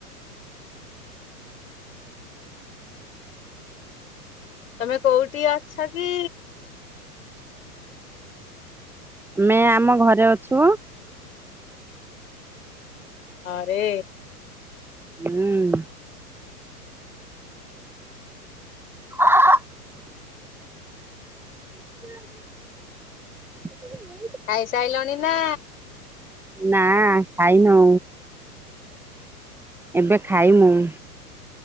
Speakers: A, on the left; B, in the centre.
A: ତମେ କୋଉଠି ଅଛ କି?
B: ଆମେ ଆମ ଘରେ ଅଛୁ।
A: ଘରେ।
B: ହୁଁ। ହା ହା। <unintelligible>
A: ଖାଇସାଇଲଣି ନା।
B: ନା ଖାଇନୁ। ଏବେ ଖାଇ ମୁୁଁ।